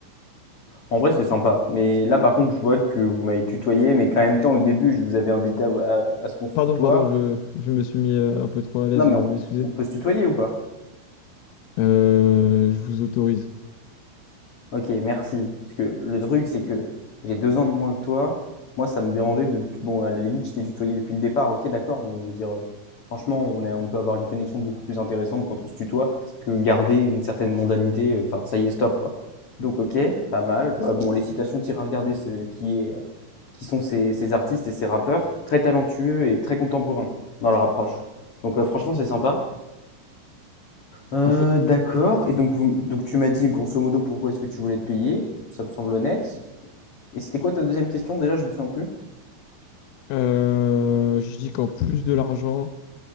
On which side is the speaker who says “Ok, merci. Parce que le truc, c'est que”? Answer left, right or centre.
Left